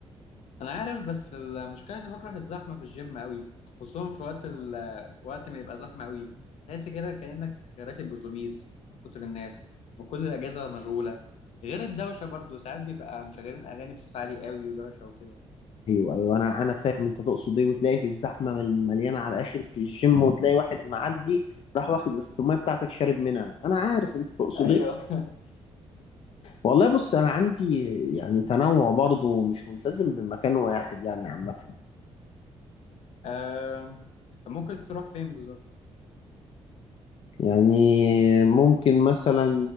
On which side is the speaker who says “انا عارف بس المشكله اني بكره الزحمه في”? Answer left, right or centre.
Left